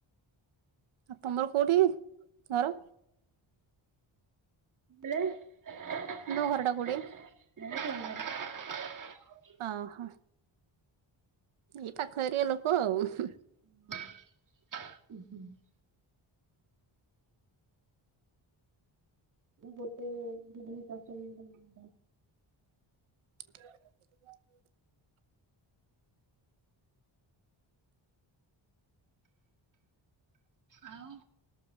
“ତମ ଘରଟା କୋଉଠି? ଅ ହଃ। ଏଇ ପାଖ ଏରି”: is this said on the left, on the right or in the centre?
Right